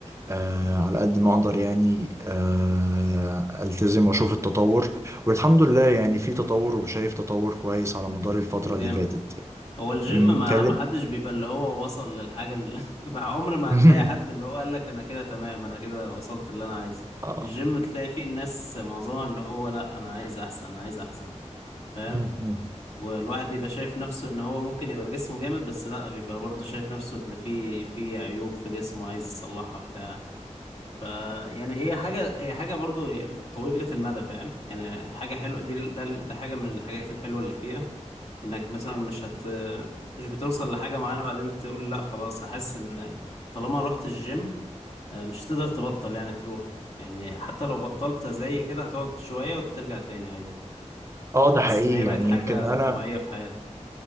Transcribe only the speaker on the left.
جامد
هو الجيم
ما
ما حدش بيبقى اللي هو وصل للحاجة اللي <laughs> مع عمر ما
هتلاقي حد اللي هو قال لك انا كده تمام انا كده وصلت اللي انا عايزه
الجيم تلاقي فيه الناس معظمها اللي هو لا انا عايز احسن انا عايز احسن فاهم
والواحد بيبقى شايف نفسه ان هو ممكن يبقى جسمه جامد بس لا بيبقى برضه شايف نفسه ان في في عيوب في جسمه عايز يصلحها بتاع ف يعني هي حاجة هي حاجة برضه طويلة المدى فاهم يعني حاجة حلوة دي ده ده حاجة من الحاجات الحلوة اللي فيها انك مثلا مش هت مش بتوصل لحاجة معينة بعدين تقول لا خلاص هحس ان طالما رحت الجيم آه، مش هتقدر تبطل يعني تروح يعني حتى لو بطلت زي كده هتقعد شوية وترجع تاني عادي
حاسس
ان هي بقت
حاجة
طبيعية في حياتك